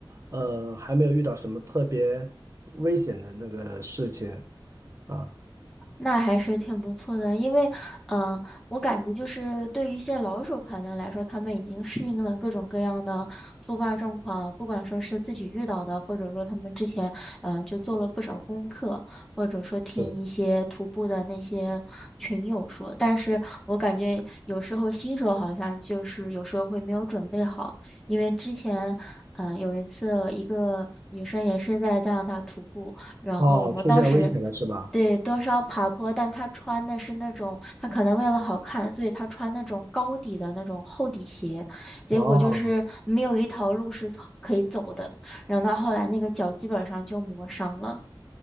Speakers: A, on the right (about 40°); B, in the centre.
A: 呃，还没有遇到什么特别危险的那个事情啊。
B: 那还是挺不错的，因为，嗯、我感觉就是对于一些老手团能来说，他们已经适应了各种各样的突发状况，不管说是自己遇到的，或者说他们之前，嗯、就做了不少功课，或者说听一些徒步的那些群友说。
A: 对，
B: 但是我感觉有时候新手好像就是有时候会没有准备好，因为之前，嗯、有一次一个女生也是在加拿大徒步，然后我们当时。
A: 哦，出现危险了是吧？
B: 对，多少爬坡，但他穿的是那种，他可能为了好看，所以他穿那种高底的那种厚底鞋，结果就是没有一条路是可以走的，
A: 哦，
B: 然后他后来那个脚基本上就磨伤了。